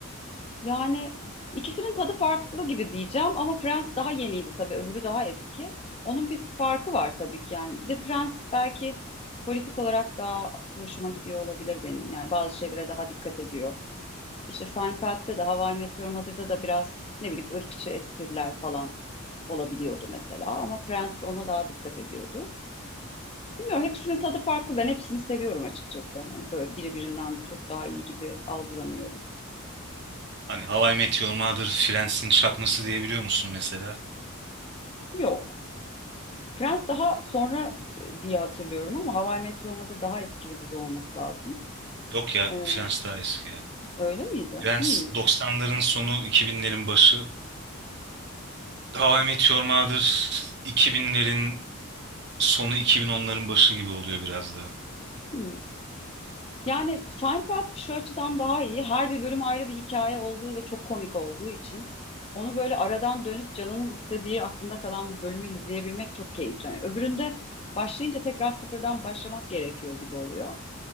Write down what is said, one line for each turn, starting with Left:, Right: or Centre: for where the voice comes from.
Left: Yani ikisinin tadı farklı gibi diyeceğim ama Prens daha yeniydi tabii öbürü daha eski. Onun bir farkı var tabii ki yani. Bir de Prens belki politik olarak daha hoşuma gidiyor olabilir benim. Yani bazı şeylere daha dikkat ediyor. İşte Seinfeld'de de How I Met Your Mother'da da biraz ne bileyim ırkçı espriler falan olabiliyordu mesela. Ama Prens ona daha dikkat ediyordu. Bilmiyorum hepsinin tadı farklı. Ben hepsini seviyorum açıkçası. Hani böyle biri birinden çok daha iyi gibi algılamıyorum.
Right: Hani How I Met Your Mother, Friends'in çakması diyebiliyor musun mesela?
Left: Yok. Friends daha sonra e, diye hatırlıyorum ama How I Met Your Mother daha eski bir dizi olması lazım.
Right: Yok ya
Left: Ee,
Right: Friends daha eski ya.
Left: öyle miydi?
Right: Friends
Left: Hmm,
Right: doksanların sonu iki binlerin başı. How I Met Your Mother 2000'lerin sonu iki bin onların başı gibi oluyor biraz daha.
Left: hmm. Yani Seinfeld şu açıdan daha iyi. Her bir bölüm ayrı bir hikaye olduğu ve çok komik olduğu için onu böyle aradan dönüp canının istediği aklında kalan bir bölümü izleyebilmek çok keyifli. Yani öbüründe başlayınca tekrar sıfırdan başlamak gerekiyor gibi oluyor.